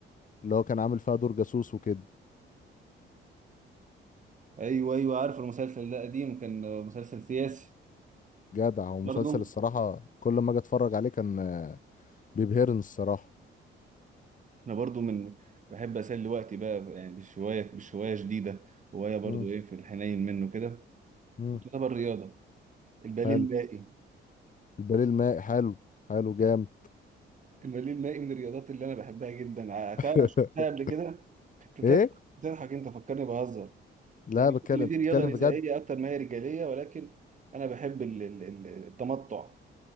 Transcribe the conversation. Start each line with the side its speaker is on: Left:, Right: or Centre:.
Left: اللي هو كان عامل فيها دور جاسوس وكده
Right: ايوه ايوه عارف المسلسل ده قديم كان مسلسل سياسي
Left: جدع ومسلسل
Right: برضه
Left: الصراحه كل ما اجي اتفرج عليه كان آه، بيبهرني الصراحه
Right: انا برضو من بحب اسلي وقتي بقى يعني بالشويه بالشويه شديده هوايه برضو
Left: مم.
Right: ايه في الحنين منه كده
Left: مم.
Right: وطلب الرياضه الباليه
Left: حلو
Right: المائي
Left: الباليه الماء حلو حلو جامد
Right: الباليه المائي من الرياضات اللي انا بحبها جدا عتاها
Left: <laughs>
Right: شفتها قبل كده كنت
Left: ايه
Right: بتضحك بتضحك انت فكرني بهزر
Left: لا
Right: يعني
Left: بتكلم
Right: اللي
Left: انت
Right: دي
Left: بتتكلم
Right: رياضه نسائيه
Left: بجد
Right: اكتر ما هي رجاليه ولكن انا بحب ال- ال- ال- التمتع